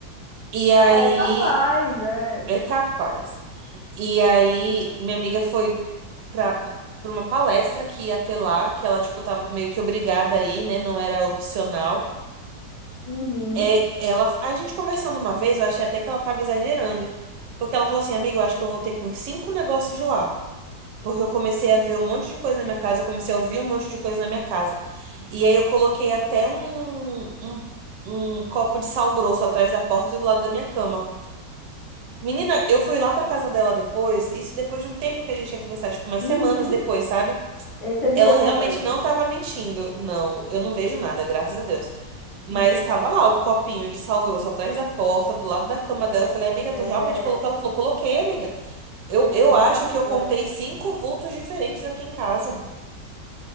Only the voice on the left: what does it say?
Ah, é capaz, é.
Uhum,
uhum.
E aí você viu
alguma
coisa?
Hum.
É,
é tenso,
é.